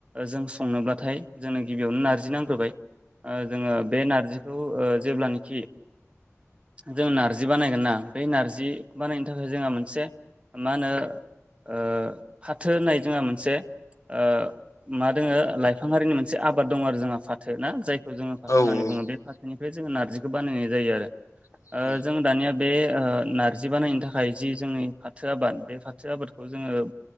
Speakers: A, on the right; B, on the left.
A: जों संनोब्लाथाय जोंनो गिबियावनो नारजि नांग्रोबाय ओ जोङो बे नारजिखौ ओ जेब्लानाखि जों नारजि बानायगोन ना बे नार्जि बानायनो थाखाय जोंहा मोनसे मा होनो ओ फाथो होननाय जोंहा मोनसे ओ मा दोङो लाइफां हारिनि मोनसे आबाद दं आरो जोंहा फाथो ना जायखौ जोङो फाथो
B: औ
A: होन्नानै
B: नोंथां
A: बुङो बे फाथोनिफ्राय जोङो नारजिखौ बानायनाय जायो आरो।
B: औ
A: ओ‌ जों दानिया बे ओ नारजि बानायनो थाखाय जि जोंनि फाथो आबाद बे फाथो आबादखौ जोङो